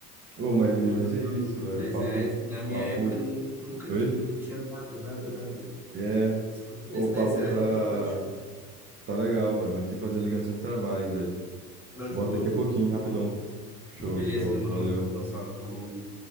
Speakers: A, on the right; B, in the centre.
A: Ô, mas,
B: Pô,
A: mas
B: tá maluco.
A: é isso, velho.
B: 10
A: O papo,
B: reais. Na minha
A: papo.
B: época, nu- nunca
A: Oi?
B: que não tinha nada, nada, nada.
A: É.
B: Se for 10
A: Ô, o papo
B: 10 reais,
A: tá.
B: tava ótimo.
A: Tá legal, velho. Mas tem que fazer a ligação de trabalho, velho.
B: Não,
A: Volta
B: de boa.
A: daqui a pouquinho, rapidão.
B: De boa.
A: Show,
B: Beleza,
A: show.
B: demorou.
A: Valeu.
B: Dá um salve. Falou.